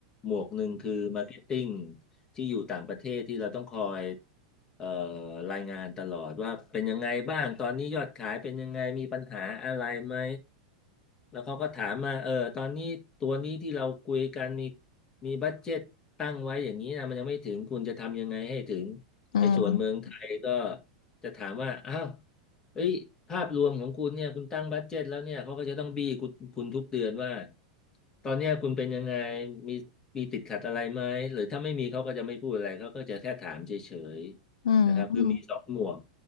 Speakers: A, on the left; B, on the left.
A: หมวกหนึ่งคือมาร์เก็ตติ้งที่อยู่ต่างประเทศที่เราต้องคอยเอ่อรายงานตลอดว่าเป็นยังไงบ้างตอนนี้ยอดขายเป็นยังไงมีปัญหาอะไรไหมแล้วเขาก็ถามมาเออตอนนี้ตัวนี้ที่เราคุยกันมีมีบัดเจ็ตตั้งไว้อย่างนี้นะมันยังไม่ถึงคุณจะทำยังไงให้ถึง
B: อืม
A: ไอ้ส่วนเมืองไทยก็จะถามว่าอ้าว เอ้ยภาพรวมของคุณเนี่ยคุณตั้งบัดเจ็ตแล้วเนี่ยเขาก็จะต้องบี้คุณคุณทุกเดือนว่าตอนเนี้ยคุณเป็นยังไงมีมีติดขัดอะไรไหมหรือถ้าไม่มีเขาก็จะไม่พูดอะไรเขาก็จะแค่ถามเฉยๆนะครับคือมีสองหมวก
B: อืมอืม